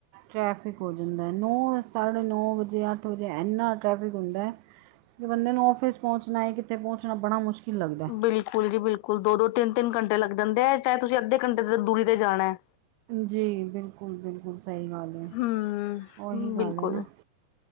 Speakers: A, on the right (about 80°); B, on the left (about 85°).
A: ਟਰੈਫਿਕ ਹੋ ਜਾਂਦਾ, ਨੌ- ਸਾਢੇ ਨੌ ਵਜੇ, ਅੱਠ ਵਜੇ ਇੰਨਾ ਟਰੈਫਿਕ ਹੁੰਦਾ ਕਿ ਬੰਦੇ ਨੂੰ ਆਫਿਸ ਪਹੁੰਚਣਾ ਹੈ। ਕਿਥੇ ਪਹੁੰਚਣਾ ਬੜਾ ਮੁਸ਼ਕਿਲ ਲੱਗਦਾ
B: ਬਿਲਕੁਲ ਜੀ ਬਿਲਕੁਲ, ਦੋ- ਦੋ, ਤਿੰਨ- ਤਿੰਨ ਘੰਟੇ ਲੱਗ ਜਾਂਦੇ ਹੈ। ਚਾਹੇ ਤੁਸੀਂ ਅੱਧੇ ਘੰਟੇ ਦੇ ਦੂਰੀ ਤੇ ਜਾਣਾ ਹੈ।
A: ਜੀ ਬਿਲਕੁਲ- ਬਿਲਕੁਲ ਸਹੀ ਗੱਲ ਹੈ।
B: ਹੂੰ
A: ਉਹੀ ਗੱਲ
B: ਬਿਲਕੁਲ
A: ਹੈ। ਨਾ-